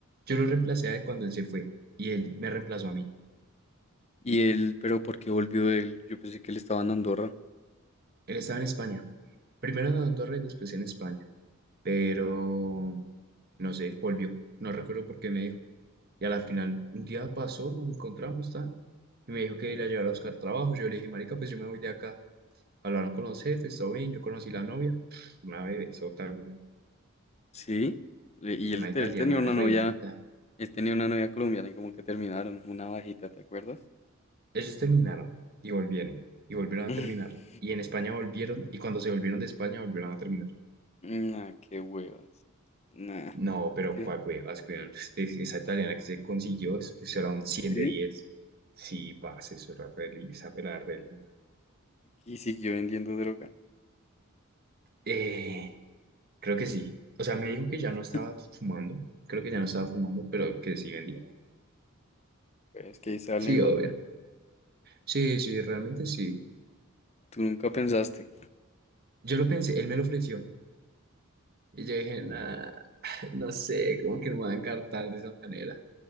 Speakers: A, on the right; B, on the left.
A: yo lo reemplacé a él cuando él se fue y él me reemplazó a mí.
B: Y él, pero ¿por qué volvió él? Yo pensé que él estaba en Andorra.
A: Él estaba en España, primero en Andorra y después en España. pero no sé, volvió. No recuerdo por qué me dijo. Y a la final, un día pasó, nos encontramos, tan. Y me dijo que la llevara a buscar trabajo. Yo le dije, marica, pues yo me voy de acá. Hablaron con los jefes, todo bien. Yo conocí la novia. Pf, Una bebesota, güey.
B: Sí. le- Y él,
A: Una
B: te-
A: italiana
B: él tenía una
A: re
B: novia,
A: linda.
B: él tenía una novia colombiana y como que terminaron, una bajita, ¿te acuerdas?
A: Ellos terminaron y volvieron. Y volvieron a
B: <laughs>
A: terminar. Y en España volvieron. Y cuando se volvieron de España, volvieron a terminar.
B: Nah, qué huevas. Nah, es
A: No, pero
B: que,
A: cuál huevas, weón. Este- Esa italiana que se consiguió, es- pues era un cien
B: sí.
A: de diez, Sí, parce, eso era re linda, esa pelada era re linda.
B: Y siguió vendiendo droga.
A: Eh, creo que sí. O sea, me dijo que ya
B: <laughs>
A: no estaba fumando. Creo que ya no estaba fumando, pero que sí vendía.
B: Es que ahí está el
A: Sí,
B: negocio.
A: obvio. Sí, sí, realmente sí.
B: ¿Tú nunca pensaste?
A: Yo lo pensé, él me lo ofreció. Y yo dije, nah, no sé, como que no me van a encartar de esa manera.